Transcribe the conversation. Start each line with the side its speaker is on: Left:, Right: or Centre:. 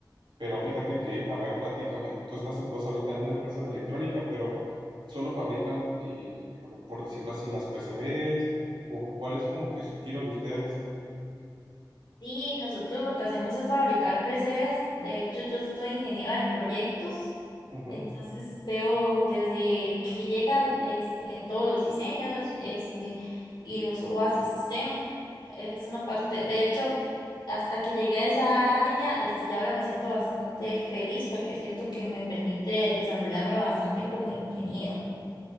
Right: Pero fíjate que, a ver, platícame, tú estás entonces ahorita en una empresa de electrónica, pero solo fabrican, eh, por decirlo así, las PCBs, o cuál es como que su giro de ustedes.
Left: Sí, nosotros lo que hacemos es fabricar PCBs. De hecho, yo soy ingeniera de proyectos.
Right: Ujú.
Left: Entonces veo desde que llega este, todos los diseños este, y los subo a sistema. Es una parte, de hecho, hasta que llegué a esa área, este, ya ahora me siento bastante feliz porque siento que me permite desarrollarme bastante como ingeniera.